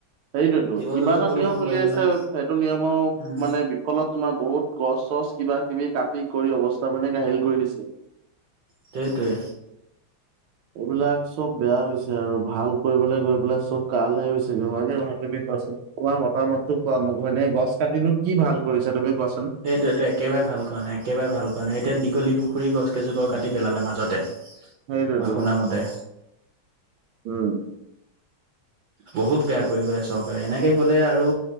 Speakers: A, on the right; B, on the right.
A: সেইটোয়েতো
B: জীৱ
A: কিবা
B: জন্তু
A: এটা
B: প্ৰদূষণ
A: নিয়ম উলিয়াইছে
B: কৰাকো নাই
A: সেইটো নিয়মৰ
B: উম
A: মানে ফলত তোমাৰ বহুত গছ চছ কিবা কিবি কাটি কৰি অৱস্থা মানে ঘাহিল কৰি দিছে।
B: সেইটোৱে।
A: এইবিলাক চব বেয়া হৈছে আৰু ভাল কৰিবলৈ গৈ পেলাই চব কালহে হৈছেগে হয় ন নহয় তুমি তোমাৰ মতা মতো কোৱা ম ঘ হয়নে গছ কাটিনো কি ভাল কৰিছ তুমি কোৱা চোন
B: সেইটো এইটো একেবাৰে ভাল কোৱা নাই একেবাৰে ভাল কোৱা নাই এতিয়া দীঘলী পুখুৰীৰ গছকজোপা কাটি পেলালে মাজতে
A: হেই' ৰটো
B: মই শুনামতে
A: উম'।
B: বহুত বেয়া কৰি গৈ চৰকাৰে এনেকৈ কলে আৰু।